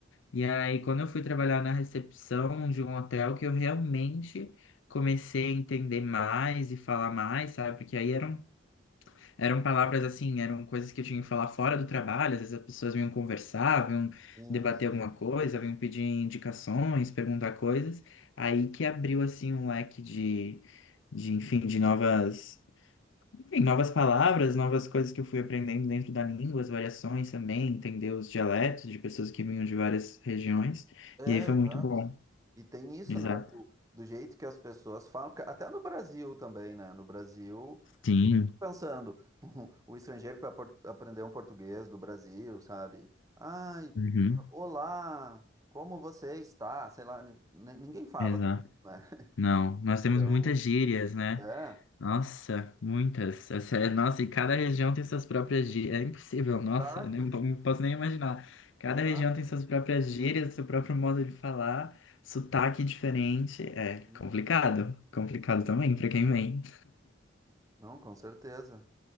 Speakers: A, on the left (about 70°); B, on the right (about 15°).
A: E aí, quando eu fui trabalhar na recepção de um hotel, que eu realmente comecei a entender mais e falar mais, sabe? Porque aí eram, eram palavras assim, eram coisas que eu tinha que falar fora do trabalho. Às vezes as pessoas vinham conversar, vinham
B: sim,
A: debater
B: sim.
A: alguma coisa, vinham pedir indicações, perguntar coisas. Aí que abriu assim um leque de, de enfim, de novas. Enfim, novas palavras, novas coisas que eu fui aprendendo dentro da língua, as variações também, entender os dialetos de pessoas que vinham de várias regiões.
B: É,
A: E aí foi
B: exato.
A: muito bom.
B: E tem isso,
A: Exato.
B: né, do, do jeito que as pessoas falam, porque até no Brasil também, né? No Brasil,
A: Sim.
B: pensando, <laughs> o o estrangeiro que vai por- aprender um português do Brasil, sabe? Ai,
A: Uhum.
B: olá, como você está? Sei lá, ni- ni- ninguém fala,
A: Exato.
B: né? <laughs>
A: Não, nós temos
B: Então,
A: muitas gírias, né?
B: é,
A: Nossa, muitas. Essa é- Nossa, e cada região tem suas próprias gírias. É impossível, nossa,
B: exato,
A: eu nem- não posso nem imaginar. Cada
B: exato.
A: região tem suas próprias gírias, seu próprio modo de falar, sotaque diferente. É
B: sim.
A: complicado. Complicado também para quem vem.
B: Não, com certeza.